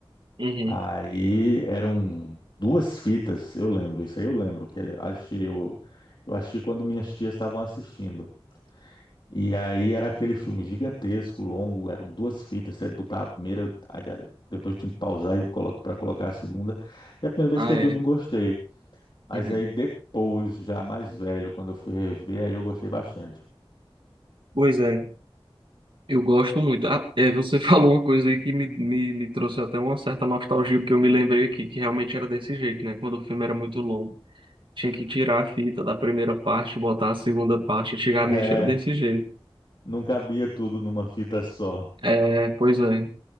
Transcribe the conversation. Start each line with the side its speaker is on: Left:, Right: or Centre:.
Right: Uhum.
Left: Aí eram duas fitas, eu lembro, isso aí eu lembro, que achei, eu, eu achei quando minhas tias estavam assistindo. E aí era aquele filme gigantesco, longo, eram duas fitas, você botava a primeira, a- a- depois tinha que pausar e colo para colocar a segunda. E a primeira vez
Right: Ah,
Left: que eu
Right: é.
Left: vi, eu não gostei. Mas
Right: Uhum.
Left: aí depois, já mais velho, quando eu fui rever, aí eu gostei bastante.
Right: Pois é. Eu gosto muito. Ah, é, você <laughs> falou uma coisa aí que me, me, me trouxe até uma certa nostalgia, porque eu me lembrei aqui que realmente era desse jeito, né? Quando o filme era muito longo. Tinha que tirar a fita da primeira parte, botar a segunda parte. Antigamente
Left: É,
Right: era desse jeito.
Left: não cabia tudo numa fita só.
Right: É, pois é.